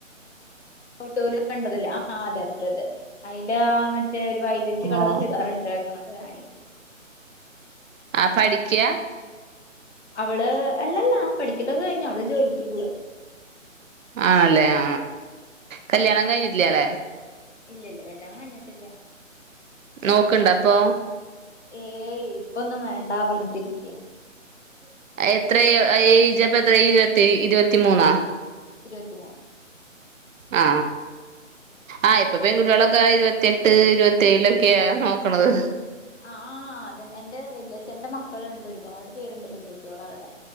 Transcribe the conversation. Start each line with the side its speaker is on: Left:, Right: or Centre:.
Left: ഫോട്ടോല് കണ്ടതല്ലേ ആ അതെ അതെ അതെ അയില് മറ്റ് മറ്റേ ഒരു വയിലറ്റ് കളർ
Right: ആഹ്
Left: ചുരിതാറിട്ടത് കണക്ക് അനിയത്തി
Right: ആ പഠിക്യാ
Left: അവൾ അല്ലല്ലാ പഠിക്കലോക്കെ കഴിഞ്ഞ് അവൾ ജോലിക്ക് പോവാ
Right: ആണല്ലേ ആ കല്യാണം കഴിഞ്ഞിട്ടില്ല്യലേ
Left: ഇല്ലല്ല കല്ല്യാണം കയിഞ്ഞിട്ടില്ല
Right: നോക്കെണ്ടോ അപ്പൊ
Left: ഏയ് ഇപ്പൊന്നും വേണ്ടാ പറഞ്ഞ്ട്ടിരിക്യാ
Right: എത്ര ഏയ്ജ് അപ്പ എത്ര ഇരുപത്തി ഇരുപത്തി മൂന്നാ
Left: ഇരുപത്തി മൂന്ന്
Right: ആ ആ ഇപ്പൊ പെൺകുട്ടട്ട്യോളക്കെ ഇരുപത്തി എട്ട് ഇരുപത്തിയേഴൊക്കെയ നോക്കണത്
Left: അ ആ അതെന്നെ എൻ്റെ വെച്ചല്ല്യഛൻ്റെ മക്കളുണ്ട് ഒരുപാട് പേരുണ്ട് പെൺകുട്ട്യോളവടെ